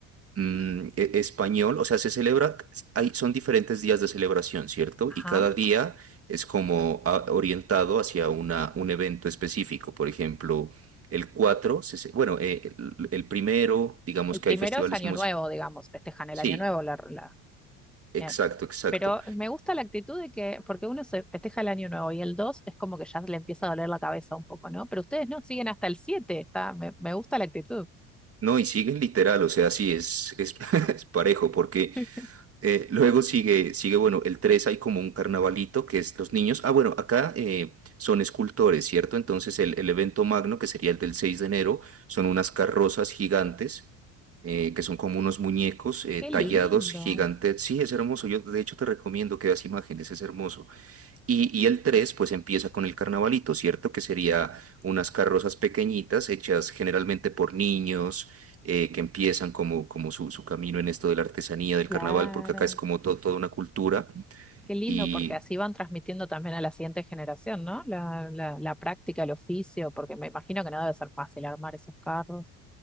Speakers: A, on the right; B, in the centre.
A: mm, e- español, o sea, se celebra, hay, son diferentes días de celebración, ¿cierto?
B: Ajá.
A: Y cada día es como ah, orientado hacia una, un evento específico. Por ejemplo, el 4 se ce- bueno, eh, el, el primero, digamos
B: El
A: que
B: primero
A: hay festivales
B: es Año
A: músicos.
B: Nuevo, digamos, festejan el
A: Sí,
B: Año Nuevo, la, la-
A: exacto,
B: bien.
A: exacto.
B: Pero me gusta la actitud de que, porque uno se festeja el Año Nuevo y el 2 es como que ya le empieza a doler la cabeza un poco, ¿no? Pero ustedes no, siguen hasta el siete, está, me, me gusta la actitud.
A: No, y siguen literal, o sea, sí, es, es, <laughs> es parejo, porque
B: <laughs>
A: Eh, luego sigue, sigue, bueno, el 3 hay como un carnavalito que es los niños. Ah, bueno, acá eh, son escultores, ¿cierto? Entonces el, el evento magno, que sería el del 6 de enero, son unas carrozas gigantes, eh, que son como unos muñecos eh,
B: Qué
A: tallados
B: lindo,
A: gigantes. Sí, es hermoso. Yo de hecho te recomiendo que veas imágenes, es hermoso. Y, y el tres pues empieza con el carnavalito, ¿cierto? Que sería unas carrozas pequeñitas hechas generalmente por niños eh, que empiezan como, como su, su camino en esto de la artesanía, del
B: claro.
A: carnaval, porque acá es como to- toda una cultura
B: Qué lindo,
A: y
B: porque así van transmitiendo también a la siguiente generación, ¿no? La, la, la práctica, el oficio, porque me imagino que no debe ser fácil armar esos carros.